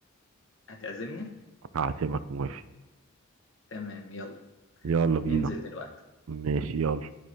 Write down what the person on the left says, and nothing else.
هتعزمني
تمام يلا
ننزل دلوقتي